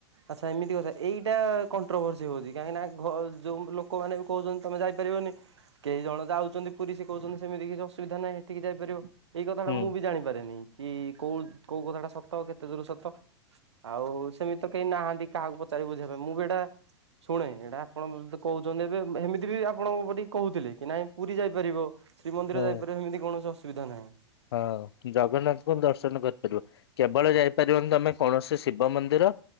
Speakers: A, on the right; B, on the left.
A: ଆଚ୍ଛା ଏମିତି କଥା ଏଇଟା କଣ୍ଟ୍ରୋଭରସି ହଉଛି କାହିଁକିନା ଘ ଯୋଉ ଲୋକମାନେ। କଉଚନ୍ତି ତମେ ଯାଇପାରିବନି। କେଇ ଜଣ ଯାଉଛନ୍ତି ପୁରୀ ସେ କଉଚନ୍ତି ସେମିତି କିଛି ଅସୁବିଧା ନାହିଁ ହେଠିକି ଯାଇପାରିବ ଏଇ କଥାଟା
B: ହୁଁ
A: ମୁଁ ବି ଜାଣିପାରେନି। କି କୋଉ କୋଉ କଥା ଟା ସତ କେତେ ଦୂର ସତ ଆଉ ସେମି ତ କେଇ ନାହାନ୍ତି କାହାକୁ ପଚାରି ବୁଝେଇବ ମୁଁ ବି ଏଇଟା। ଶୁଣେ ଏଇଟା ଆପଣ କହୁଛନ୍ତି ଏବେ ହେମିତି ବି ଆପଣଙ୍କ ପରି କହୁଥିଲେ କି ନାଇଁ ପୁରୀ ଯାଇପାରିବ। ଶ୍ରୀମନ୍ଦିର
B: ହୁଁ।
A: ଯାଇପାରିଵ ସେମତି କୌଣସି ଅସୁବିଧା ନାହିଁ।
B: ହଁ ଜଗନ୍ନାଥଙ୍କୁ ଦର୍ଶନ କରିପାରିବ। କେବଳ ଯାଇପାରିବନି ତମେ କୌଣସି ଶିବ ମନ୍ଦିର।